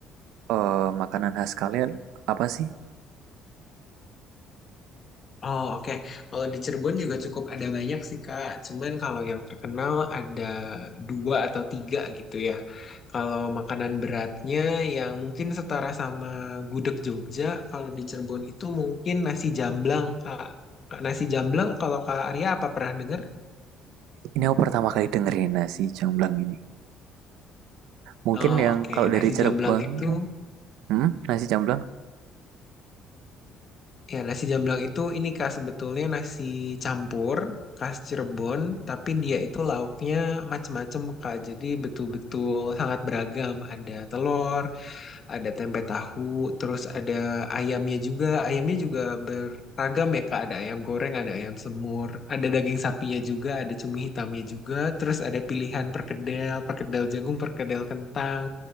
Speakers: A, on the right; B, on the left.
A: eh, makanan khas kalian apa sih?
B: Oh, oke. Kalau di Cirebon juga cukup ada banyak sih, Kak. Cuman kalau yang terkenal ada dua atau tiga gitu ya. Kalau makanan beratnya yang mungkin setara sama gudeg Jogja, kalau di Cirebon itu mungkin nasi jamblang, Kak. Kak, Nasi jamblang kalau Kak Arya apa pernah dengar?
A: Ini aku pertama kali dengerin nasi jamblang ini. Mungkin
B: Oh,
A: yang
B: oke.
A: kalau
B: Nasi
A: dari Cirebon
B: jamblang itu
A: tuh, hmm, nasi jamblang.
B: ya nasi jamblang itu ini Kak sebetulnya nasi campur khas Cirebon, tapi dia itu lauknya macem-macem Kak. Jadi betul-betul sangat beragam. Ada telur, ada tempe tahu, terus ada ayamnya juga. Ayamnya juga beragam ya Kak, ada ayam goreng, ada ayam semur, ada daging sapinya juga, ada cumi hitamnya juga, terus ada pilihan perkedel, perkedel jagung, perkedel kentang,